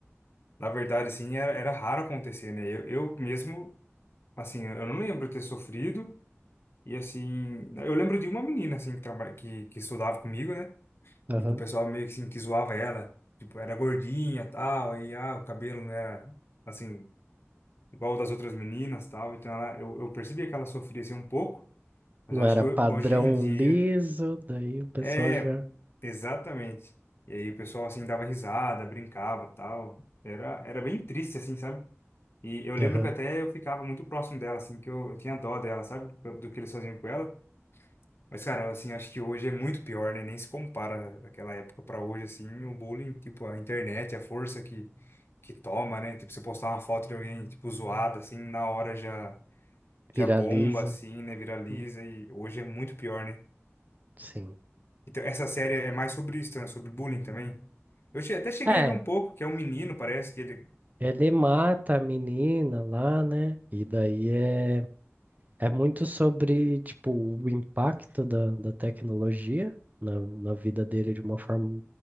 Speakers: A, on the left; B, on the right.
A: Na verdade, assim, era, era raro acontecer, né? Eu, eu mesmo, assim, eu não lembro de ter sofrido. E, assim, eu lembro de uma menina, assim, que, trabalha, que, que estudava comigo, né?
B: Aham.
A: E que o pessoal meio que, assim, que zoava ela. Tipo, era gordinha e tal. Aí, ah, o cabelo não era, assim, igual o das outras meninas tal. Então, ela, eu, eu percebia que ela sofria, assim, um pouco. Mas
B: Não
A: eu
B: era
A: acho que ho-
B: padrão
A: hoje em dia...
B: liso, daí o pessoal
A: É,
B: já
A: exatamente. E aí o pessoal, assim, dava risada, brincava tal. Era, era bem triste, assim, sabe? E eu lembro
B: aham,
A: que até eu ficava muito próximo dela, assim, que eu, eu tinha dó dela, sabe? Do do que eles faziam com ela. Mas, cara, assim, acho que hoje é muito pior, né? Nem se compara aquela época pra hoje, assim, o bullying, tipo, a internet, a força que, que toma, né? Tipo, você postar uma foto de alguém, tipo, zoada, assim, na hora já, já
B: viraliza.
A: bomba, assim, né? Viraliza
B: Hum,
A: e hoje é muito pior, né?
B: Sim.
A: Então, essa série é mais sobre isso, né? Sobre bullying também. Eu che- até cheguei
B: É,
A: a ver um pouco, que é um menino, parece que ele...
B: ele mata a menina lá, né? E daí é. É muito sobre, tipo, o impacto da, da tecnologia na, na vida dele de uma forma,